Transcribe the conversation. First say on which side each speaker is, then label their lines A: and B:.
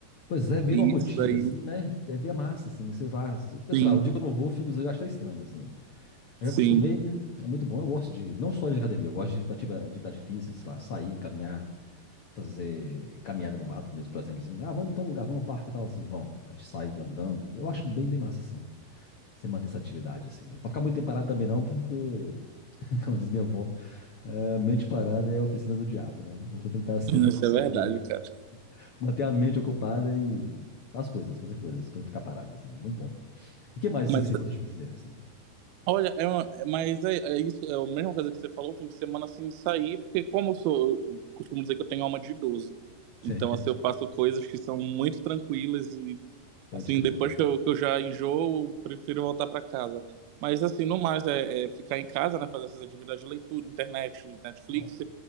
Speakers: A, on the left (about 80°); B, on the right (about 80°).
A: Pois é, vira
B: E
A: uma rotina,
B: isso daí,
A: assim, né? É via massa, assim, sei lá. Eu
B: sim,
A: sei lá, o dia que eu não vou, eu fico, eu acho até estranho, assim. Eu
B: sim.
A: acostumei, né? É muito bom. Eu gosto de, não só de academia, eu gosto de ativa- atividade física, sei lá, sair, caminhar, fazer caminhada no mato mesmo, por exemplo, assim. Ah, vamos em tal lugar, vamos no parque e tal, assim, vamos. A gente sai andando. Eu acho bem, bem massa, assim, você manter essa atividade, assim, né? Pra ficar muito tempo parado também não, porque, <laughs> como diz minha avó, é, mente parada é a oficina do diabo, né? Então você tem que estar sempre
B: Isso
A: ocupado
B: é verdade,
A: ali.
B: cara.
A: Manter a mente ocupada e as coisas, fazer coisas, pra não ficar parado, assim. É muito bom. E o que mais, assim,
B: Mas,
A: que você gosta de fazer, assim?
B: olha, é uma, é- mas é, é isso, é a mesma coisa que você falou, fim de semana assim, sair, porque como eu sou, eu costumo dizer que eu tenho alma de idoso. Então,
A: <laughs> Sim,
B: assim, eu faço coisas que são muito tranquilas e,
A: pode
B: assim,
A: crer.
B: depois que eu, que eu já enjoo, eu prefiro voltar para casa. Mas, assim, no mais, é, é ficar em casa, né, fazer essas atividades de leitura, internet, Netflix,
A: Bom,